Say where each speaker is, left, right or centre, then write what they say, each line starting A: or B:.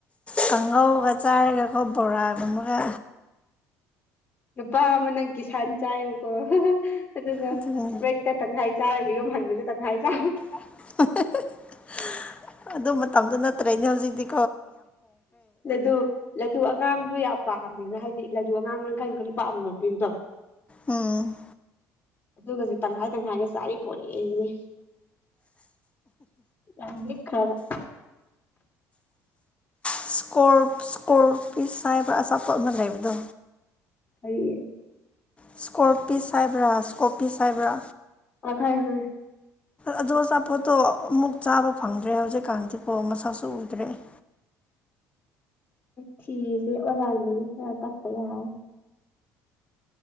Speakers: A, on the left; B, on the left.
A: ꯀꯪꯒꯧꯒ ꯆꯥꯔꯒꯀꯣ ꯕꯣꯔꯥꯒꯨꯝꯕꯒ
B: ꯅꯨꯄꯥ ꯑꯃ ꯅꯪ ꯀꯤꯁꯥꯟ ꯆꯥꯏꯕꯀꯣ ꯍꯥꯍꯥꯍꯥ ꯑꯗꯨꯒ
A: ꯑꯗꯨꯅꯦ
B: ꯕ꯭ꯔꯦꯛꯇ ꯇꯪꯈꯥꯏ ꯆꯥꯔꯒ ꯌꯣꯝ ꯍꯟꯕ ꯇꯪꯈꯥꯏ ꯆꯥꯕ
A: <unintelligible> ꯃꯇꯝꯗꯨ ꯅꯠꯇ꯭ꯔꯦꯅꯦ ꯍꯧꯖꯤꯛꯇꯤ
B: ꯂꯗꯨ ꯂꯗꯨ ꯑꯉꯥꯡꯗꯨ ꯌꯥꯝ ꯄꯥꯝꯃꯦꯅ ꯍꯥꯏꯗꯤ ꯂꯗꯨ ꯑꯉꯥꯡ ꯀꯩ ꯀꯔꯤ ꯂꯨꯄꯥ ꯑꯃꯃꯝ ꯄꯤꯕꯗꯣ
A: ꯎꯝ
B: ꯑꯗꯨꯒꯁꯦ ꯇꯪꯈꯥꯏ ꯇꯪꯈꯥꯢꯒ ꯆꯥꯔꯤ ꯄꯣꯠꯅꯤ ꯑꯩꯅꯩ ꯌꯥꯝ ꯂꯤꯛ ꯈꯔꯕ
A: ꯏꯁ ꯁꯀꯣꯔꯞ ꯏꯁꯀꯣꯔꯄꯤꯁ ꯍꯥꯏꯕ ꯑꯆꯥꯄꯣꯠ ꯑꯃ ꯂꯩꯕꯗꯣ
B: ꯀꯔꯤ ꯌꯦ
A: ꯏꯁꯀꯣꯔꯄꯤꯁ ꯍꯥꯏꯕ꯭ꯔꯥ ꯏꯁꯀꯣꯞꯄꯤꯌꯁ ꯍꯥꯏꯕ꯭ꯔꯥ
B: ꯑ ꯈꯪꯑꯦ ꯈꯪꯑꯦ
A: ꯑꯗꯣ ꯑꯆꯥꯄꯣꯠꯇꯣ ꯑꯃꯨꯛ ꯆꯥꯕ ꯐꯪꯗ꯭ꯔꯦ ꯍꯧꯖꯤꯛꯀꯥꯟꯗꯤꯀꯣ ꯃꯁꯛꯁꯨ ꯎꯗ꯭ꯔꯦ <inaudible>
B: ꯊꯤꯔꯤꯁꯦ ꯑꯣꯂꯥꯢꯟꯗꯩ ꯈꯔ ꯀꯛꯇ ꯌꯥꯔꯔꯣꯢ